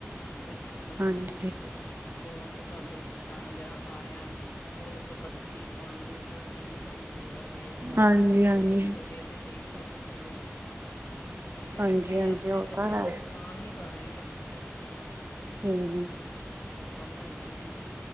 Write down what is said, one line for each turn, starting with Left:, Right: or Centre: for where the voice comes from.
Left: ਵੀ ਬੱਚਿਆਂ ਨੂੰ ਦੱਸਣ
Right: ਹਾਂਜੀ,
Left: ਵੀ ਅੱਗੋਂ ਅਸੀਂ ਤੁਹਾਡੇ ਟਾਈਮ ਜੇੜਾ ਆ ਰਿਆ ਓਦੇ ਵਾਸਤੇ ਬੱਤੀ, ਪਾਨੀ ਹਰ ਚੀਜ਼ ਦੀ ਤੁਹਾਨੂੰ ਜ਼ਰੂਰਤ ਏ ਵਾਤਾਵਰਨ
Right: ਹਾਂਜੀ, ਹਾਂਜੀ।
Left: ਸਹੀ ਰੱਖੋਗੇ ਤੇ ਫੇਰ ਹੀ ਸਭ ਕੁਛ ਸਹੀ ਹੋਏਗਾ, ਕਿਉਂਕਿ
Right: ਹਾਂਜੀ,
Left: ਅਸੀਂ ਤੇ
Right: ਹਾਂਜੀ
Left: ਅਪਣੇ
Right: ਉਹ
Left: ਬੱਚਿਆਂ
Right: ਤਾਂ ਹੈ
Left: ਦਾ ਨੁਕਸਾਨ ਹੀ ਕਰ ਰਏ ਆ ਐ ਚੀਜ਼ਾਂ ਕਰ-ਕਰ ਕੇ।
Right: ਹੂੰ।
Left: ਵੀ ਸੜਕਾਂ ਬਣਾਈ ਜਾਨੇ ਆ।